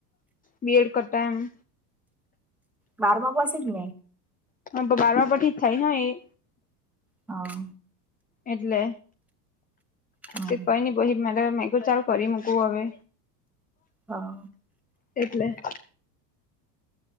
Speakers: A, on the left; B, in the centre.
A: બી એડ કરતા એમ.
B: બારમા પાસે જ ને
A: તો બારમાં પછી થાય ન એમ?
B: હા!
A: એટલે.
B: હા
A: કંઈ નહીં. બ મે તો ચલો કરી મુંકુ અવે.
B: હા!
A: એટલે.